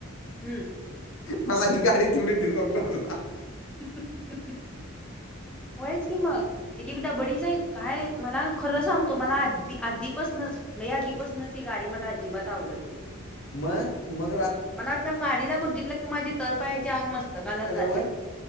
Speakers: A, in the centre; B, on the left (about 65°).
A: हम्म.
B: मला ही गाडी तवढी देऊ नको म्हणला
A: हहहह.. होयच की मग,,, एक एकदबडीच आईत, काय,, मला खरं सांगतो,, मला आदी,, आधीपासनचऽ लय आधीपासन ती गाडी, मला अजिबात आवडत नाही.
B: मग,, मगरऽ
A: मला त्या गाडीला बघितलं की, माझी तळ पायाची आग मस्तकालाच
B: लागल्यावर
A: जात्या,,